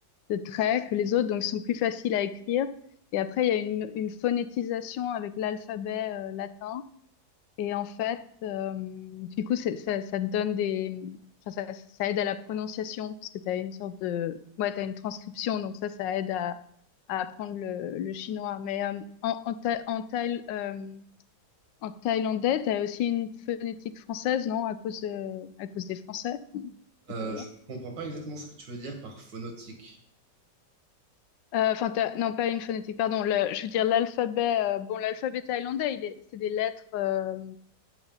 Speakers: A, on the left; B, on the right.
A: de traits que les autres. Donc, ils sont plus faciles à écrire. Et après, il y a une, une phonétisation avec l'alphabet, euh, latin. Et en fait, euh, du coup, c'est- ça, ça te donne des... Enfin, ça, ça aide à la prononciation, parce que tu as une sorte de... Ouais, tu une transcription, donc ça, ça aide à, à apprendre le, le chinois. Mais euh, en, en, Tha- en, Thaï- euh, en thaïlandais, tu as aussi une phonétique française, non? À cause, de- à cause des Français. non
B: Euh,
A: C'était là-bas.
B: je comprends pas exactement ce que tu veux dire par phonotique.
A: Euh, Enfin, t'as- non, pas une phonétique, pardon. le- je veux dire l'alphabet. euh, bon, l'alphabet thaïlandais, il est, c'est des lettres. euh,